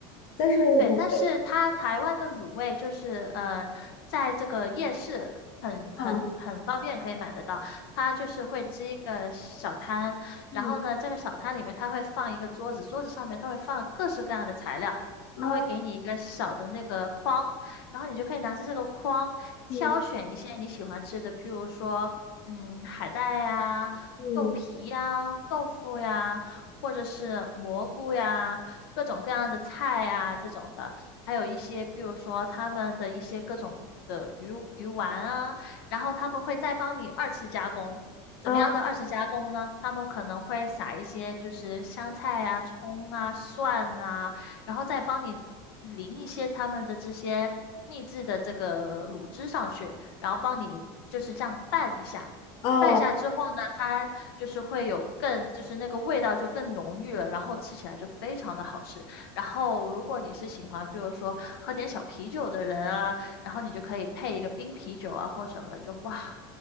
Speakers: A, on the left (about 55°); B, on the left (about 80°).
A: 但是卤配
B: 对，但是它台湾的卤味就是呃，在这个夜市很很很方便可以买得到。
A: 饭，
B: 它就是会支一个小摊，然后呢，
A: 嗯
B: 这个小摊里面它会放一个桌子，桌子上面它会放各式各样的材料，
A: 啊
B: 它会给你一个小的那个筐，然后你就可以拿着这个筐挑选一些你喜欢吃的，
A: 嗯
B: 譬如说，嗯，海带呀、
A: 嗯
B: 豆皮呀、豆腐呀，或者是蘑菇呀。各种各样的菜啊这种的，还有一些譬如说他们的一些各种的鱼鱼丸啊，然后他们会再帮你二次加工。怎么样的二次加工呢？
A: 啊
B: 他们可能会撒一些就是香菜啊、葱啊、蒜啊，然后再帮你淋一些他们的这些秘制的这个卤汁上去，然后帮你就是这样拌一下。
A: 哦
B: 拌下之后呢，它就是会有更，就是那个味道就更浓郁了，然后吃起来就非常的好吃。然后如果你是喜欢，比如说喝点小啤酒的人啊，然后你就可以配一个冰啤酒啊或什么的，就哇，